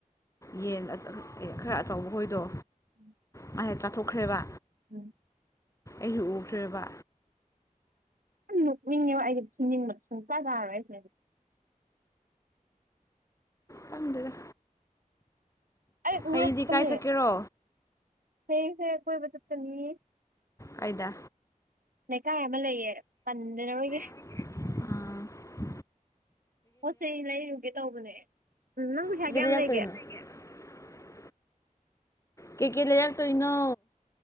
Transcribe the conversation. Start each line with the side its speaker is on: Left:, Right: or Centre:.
Left: ꯌꯦꯟ ꯑꯆ ꯑꯦ ꯈꯔ ꯑꯆꯧꯕ ꯈꯣꯏꯗꯣ
Right: ꯎꯝ
Left: ꯃꯥꯁꯦ ꯆꯥꯊꯣꯛꯈ꯭ꯔꯦꯕ
Right: ꯎꯝ
Left: ꯑꯩꯁꯨ ꯎꯈ꯭ꯔꯦꯕ
Right: ꯌꯥꯝ ꯅꯣꯛꯅꯤꯡꯉꯦꯕ ꯑꯩꯗꯤ ꯊꯤꯅꯤꯡꯕ ꯁꯨꯡꯆꯥꯥ ꯆꯥꯔꯣꯏ ꯍꯥꯏꯁꯦ
Left: ꯈꯪꯗꯦꯗ
Right: ꯑꯩ
Left: ꯍꯌꯦꯡꯗꯤ
Right: ꯉꯛꯄꯅꯦ
Left: ꯀꯥꯏ ꯆꯠꯀꯦꯔꯣ
Right: ꯍꯌꯦꯡꯁꯦ ꯀꯣꯢꯕ ꯆꯠꯀꯅꯤ
Left: ꯀꯥꯢꯗ
Right: ꯂꯩꯀꯥꯏ ꯑꯃ ꯂꯩꯌꯦ ꯄꯟꯅꯔꯣꯢꯒꯦ
Left: ꯑꯥ
Right: ꯄꯣꯠ ꯆꯩ ꯂꯩꯔꯨꯒꯦ ꯇꯧꯕꯅꯦ ꯎꯝ ꯅꯪ ꯄꯩꯁꯥ
Left: ꯀꯩꯀꯩ
Right: ꯀꯌꯥꯝ
Left: ꯂꯩꯔꯛꯇꯣꯏꯅꯣ
Right: ꯂꯩꯒꯦ
Left: <inaudible> ꯀꯩꯀꯩ ꯂꯩꯔꯛꯇꯣꯏꯅꯣ